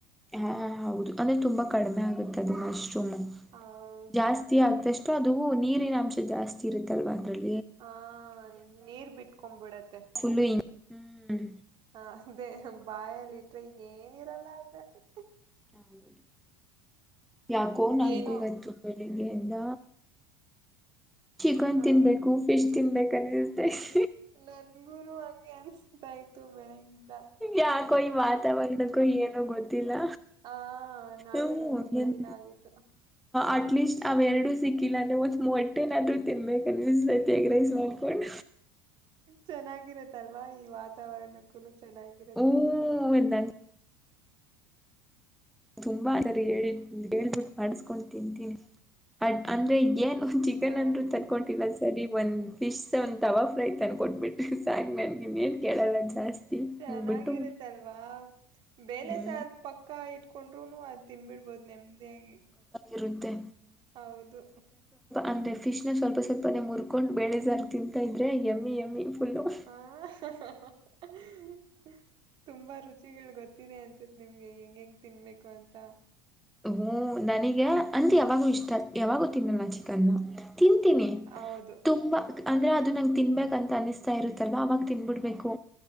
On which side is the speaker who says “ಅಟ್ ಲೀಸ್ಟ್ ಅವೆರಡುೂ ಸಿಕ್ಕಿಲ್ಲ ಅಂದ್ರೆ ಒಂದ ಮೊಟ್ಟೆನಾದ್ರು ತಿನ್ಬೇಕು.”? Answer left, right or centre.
Centre